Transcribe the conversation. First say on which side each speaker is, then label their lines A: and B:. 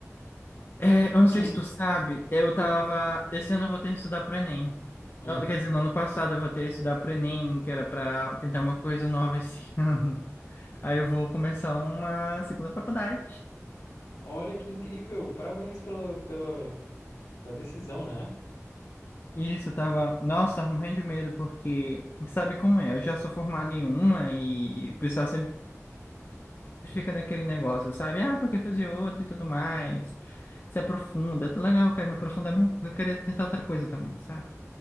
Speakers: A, on the left; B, on the left.
A: É,
B: <clears throat>
A: eu não sei se tu sabe, eu tava. Esse ano eu voltei a estudar pro Enem.
B: Hum.
A: Não, quer dizer, no ano passado eu voltei a estudar pro Enem, que era pra tentar uma coisa nova esse <laughs> ano. Aí eu vou começar uma segunda faculdade.
B: Olha que incrível, parabéns pela, pela, pela decisão, né?
A: Isso, eu tava. Nossa, tava morrendo de medo, porque sabe como é? Eu já sou formado em uma e o pessoal sempre fica naquele negócio, sabe? Ah, porque fazer outro e tudo mais. Se aprofunda. Tá legal, eu quero me aprofundar, mas eu quero tentar outra coisa também, sabe?